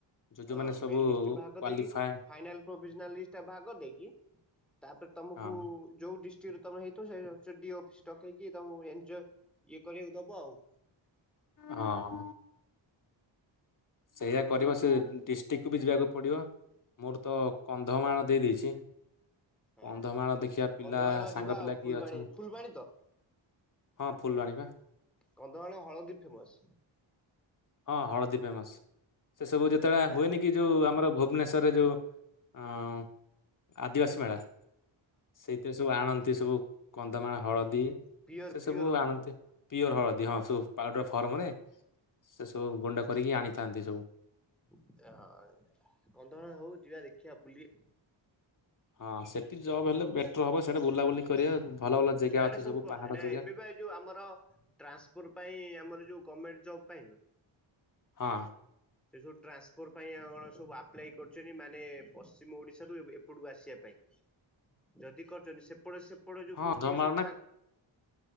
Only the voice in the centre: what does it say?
ହଁ
ମେରିଟ୍ ଲିଷ୍ଟ ଭାହାର କରି
ଦେଇକି ଫାଇନାଲ୍ ପ୍ରୋଭିଜିନାଲ୍ ଲିଷ୍ଟଟା ବା‌ହାର କରିଦେଇକି। ତାପରେ ତମକୁ
ଯୋଉ ଡି ଷ୍ଟ୍ରିଡ୍ ତମର ହେଇଥିବ ସେ ସେ ଡିଓ ଅଫିସ୍ ଷ୍ଟକ୍ ହେଇକି ତାକୁ ଏଞ୍ଜୟ ଇଏ କରିବାକୁ ଦବ ଆଉ।
ହଁ
କନ୍ଧମାଳ
ଯିବା
ଆଉ
ଫୁଲବାଣୀ
ଫୁଲବାଣୀ ତ
କନ୍ଧମାଳ ହଳଦୀ ଫେମସ୍।
ପୁରା
ହଁ ପିଓର
ପିଓର ହଳଦିଆ
<unintelligible> କନ୍ଧମାଳରେ ହୋଉ ଯିବା ଦେଖିବା ବୁଲି
ସିଆଡେ
କ
ଏବେ ବା ଏଇ ଯୋଉ ଆମର ଟ୍ରାନ୍ସପୋର୍ ପାଇଁ ଆମର ଯୋଉ ଗମେଣ୍ଟ ଜବ ପାଇଁ
ସେ ସବୁ ଟ୍ରାନ୍ସପୋର ପାଇଁ ଆଉ କଣ ସବୁ ଆପ୍ଲାଇ କରୁଚନ୍ତି ମାନେ ପଶ୍ଚିମ ଓଡିଶାରୁ <unintelligible> ଏପଟକୁ ଆସିବା ପାଇଁ। ଯଦି କରୁଚନ୍ତି ସେପଟ ସେପଟ ଯୋଉ
ପୁଷ୍ଟିଙ୍ଗି
ସବୁ
ଫା